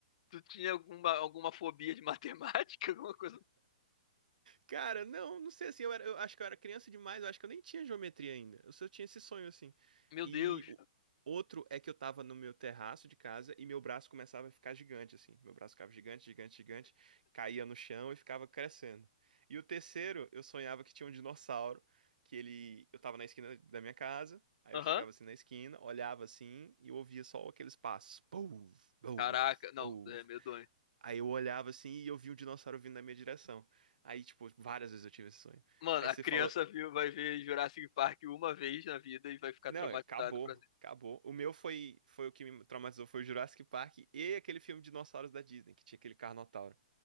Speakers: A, on the left (about 55°); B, on the right (about 75°).
A: tu tinha alguma, alguma fobia de matemática? <laughs> Alguma coisa?
B: Cara, não, não sei assim, eu, era- eu acho que eu era criança demais, eu acho que eu nem tinha geometria ainda. Eu só tinha esse sonho assim.
A: Meu
B: E
A: Deus.
B: o outro é que eu tava no meu terraço de casa e meu braço começava a ficar gigante assim. Meu braço ficava gigante, gigante, gigante, caía no chão e ficava crescendo. E o terceiro, eu sonhava que tinha um dinossauro, que ele, eu tava na esquina da minha casa, aí
A: Aham.
B: eu chegava assim na esquina, olhava assim e eu ouvia só aqueles passos, pou, pou,
A: Caraca, não,
B: pou.
A: é medonho.
B: Aí eu olhava assim e eu vi um dinossauro vindo na minha direção. Aí, tipo, várias vezes eu tive esse sonho.
A: Mano,
B: Aí
A: a
B: você
A: criança
B: falou,
A: viu, vai ver Jurassic Park uma vez na vida e vai ficar
B: não,
A: traumatizada
B: é, acabou,
A: pra sempre.
B: acabou. O meu foi, foi o que me traumatizou, foi o Jurassic Park e aquele filme Dinossauros da Disney, que tinha aquele Carnotauro.